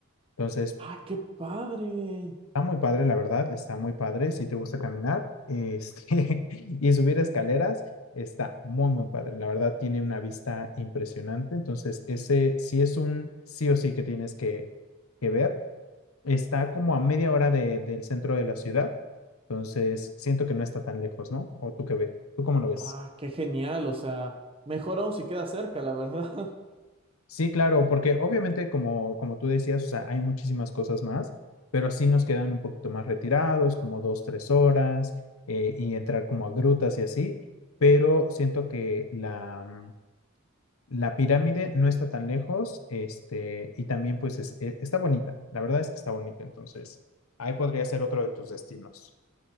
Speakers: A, on the left; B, on the right.
A: Entonces,
B: Ah, qué padre.
A: está muy padre, la verdad, está muy padre. Si te gusta caminar este, <laughs> y subir escaleras, está muy, muy padre. La verdad, tiene una vista impresionante. Entonces, ese sí es un sí o sí que tienes que, que ver. Está como a media hora de- del centro de la ciudad, entonces siento que no está tan lejos, ¿no? ¿O tú qué ves? ¿Tú cómo lo ves?
B: Ah, qué genial, o sea, mejor aún si queda cerca, la verdad. <laughs>
A: Sí, claro, porque obviamente como, como tú decías, o sea, hay muchísimas cosas más, pero sí nos quedan un poquito más retirados, como dos, tres horas, eh, y entrar como a grutas y así, pero siento que la, mm, la pirámide no está tan lejos, este, y también pues es- eh, está bonita, la verdad es que está bonita, entonces ahí podría ser otro de tus destinos.